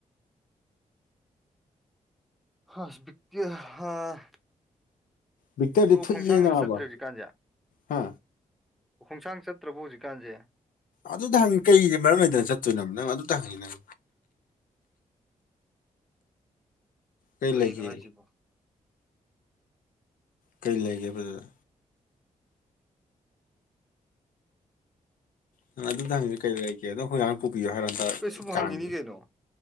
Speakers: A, in the centre; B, on the left.
A: ꯍꯁ ꯍꯥ
B: ꯚꯤꯛꯇꯔꯗꯤ
A: ꯕ꯭ꯔꯣ
B: ꯊꯨꯏꯌꯦ
A: ꯈꯣꯡꯁꯥꯡꯗ
B: ꯅꯥꯕ
A: ꯆꯠꯇ꯭ꯔꯦ ꯍꯧꯖꯤꯛꯀꯥꯟꯁꯦ
B: ꯍꯥ
A: ꯈꯣꯡꯁꯥꯡ ꯆꯠꯇ꯭ꯔꯕꯣ ꯍꯧꯖꯤꯛꯀꯥꯟꯁꯦ
B: ꯑꯗꯨꯗ ꯍꯪꯉꯤ ꯀꯩꯒꯤ ꯃꯔꯝ ꯂꯩꯗꯅ ꯆꯠꯇꯣꯏꯅꯣ ꯅꯪ ꯑꯗꯨꯗ ꯍꯪꯉꯤ ꯅꯪ ꯀꯩ
A: ꯀꯩꯅꯣ
B: ꯂꯩꯒꯦ
A: ꯍꯥꯏꯁꯤꯕꯣ
B: ꯀꯔꯤ ꯂꯩꯒꯦꯕꯗꯨꯗ ꯅꯪ ꯑꯗꯨꯗꯪꯁ ꯀꯩꯗ ꯂꯩꯒꯦ ꯑꯗꯣ ꯍꯔꯥꯡ ꯄꯨꯕꯤꯌꯣ ꯍꯥꯏꯔꯝ
A: ꯀꯩ ꯁꯨꯝ
B: ꯀꯥꯡ
A: ꯍꯪꯉꯤꯅꯤ ꯀꯩꯅꯣ